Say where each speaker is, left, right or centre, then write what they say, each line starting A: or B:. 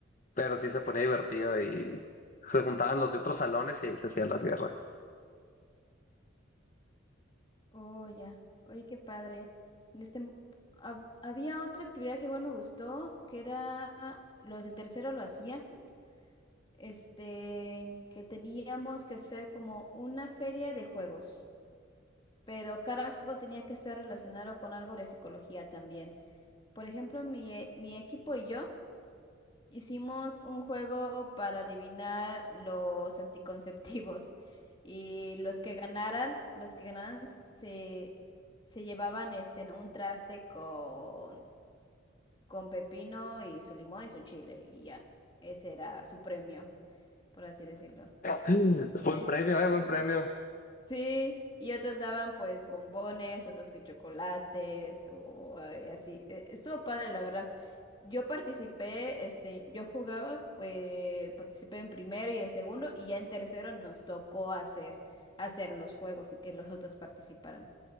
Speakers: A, on the left (about 40°); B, on the left (about 25°).
A: pero sí se ponía divertido y se juntaban los de otros salones y ahí se hacían las guerras.
B: Oh, ya. Oye, qué padre. Este, hab- había otra actividad que igual me gustó, que era los de tercero lo hacían, este, que teníamos que hacer como una feria de juegos. Pero cada juego tenía que estar relacionado con algo de psicología también. Por ejemplo, mi, e- mi equipo y yo hicimos un juego para adivinar los anticonceptivos. <laughs> Y los que ganaran, los que ganaran se, se llevaban este, en un traste con, con pepino y su limón y su chile. Y ya, ese era su premio, por así decirlo.
A: <laughs>
B: Y
A: Buen
B: este,
A: premio, eh, buen premio.
B: Sí, y otros daban pues bombones, otros que chocolates o eh, así. Eh, Estuvo padre, la verdad. Yo participé, este, yo jugaba, eh, participé en primero y en segundo y ya en tercero nos tocó hacer, hacer los juegos y que los otros participaran.